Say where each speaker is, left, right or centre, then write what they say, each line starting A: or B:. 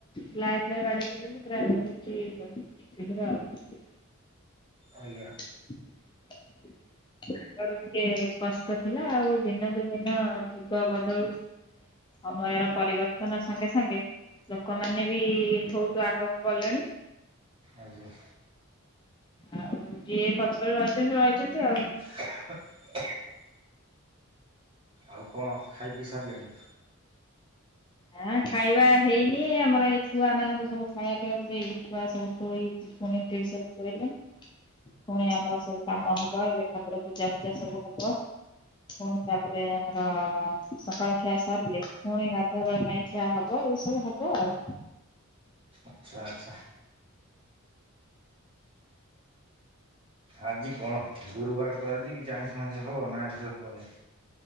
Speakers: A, on the left; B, on the right.
A: ପ୍ଲାଏ ଫ୍ଲାଏ ବାଡେଇ ଦଉଛନ୍ତି ପୁରା ହେଇଯାଉଚି ଶୀଘ୍ର ଆଉ।
B: ଆଜ୍ଞା।
A: <inaudible> ଆଗରୁ ଟିକେ କଷ୍ଟ ଥିଲା ଆଉ ଦିନକୁ ଦିନ ଯୁଗ ବଦଳୁ ସମୟର ପରିବର୍ତ୍ତନ ସାଙ୍ଗେ ସାଙ୍ଗେ ଲୋକମାନେ ବି ବହୁତ ଆଗକୁ ଗଲେଣି।
B: ଆଜ୍ଞା।
A: ଆଉ ଯିଏ ପଛରେ ରହିଛନ୍ତି ରହିଛନ୍ତି ଆଉ।
B: <inaudible> ଆଉ କଣ ଖାଇ ପିଇ ସାରିଲେଣି?
A: ଆଁ ଖାଇବା ହେଇନି ଆମର ଏ ଛୁଆ ମାନଙ୍କୁ ସବୁ ଖାଇବା ପିଇବାକୁ ଦେଇ ଛୁଆ ସବୁ ଶୋଇ ଫୁଣି ଉଠିକି ସବୁ ଶୋଇଲେଣି। ପୁଣି ଆମର ସବୁ କାମ
B: ଆଚ୍ଛା
A: ହବ ଏବେ ଠାକୁର ପୂଜା ଫୂଜା ସବୁ ହବ। ପୁଣି ତାପରେ ଆମର ସକାଳ ଖିଆ ସରିଲେ ପୁଣି ଗାଧ ଧୁଆବେଳ ପାଇଁ ଖିଆ ହବ ଏଇ ସବୁ ହବ ଆଉ।
B: ଆଛା ଆଚ୍ଛା। ଆଜି କଣ ଗୁରୁବାର ତ ଆଜି କି ଆଇସ ଫାଇଁଷ ହବ ନା ଆଇଁଷ ହବନି?